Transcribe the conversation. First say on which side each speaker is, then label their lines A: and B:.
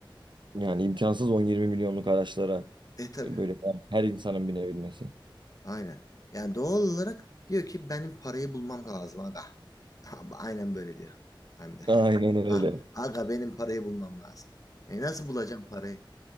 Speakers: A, on the right; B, on the left.
A: Yani imkansız 10-20 milyonluk araçlara
B: E tabii.
A: e, böyle her insanın binebilmesi.
B: Aynen. Yani doğal olarak diyor ki benim parayı bulmam lazım aga. <laughs> Aynen böyle diyor. Hem de. <laughs>
A: Aynen öyle.
B: Ah, aga benim parayı bulmam lazım. E nasıl bulacağım parayı?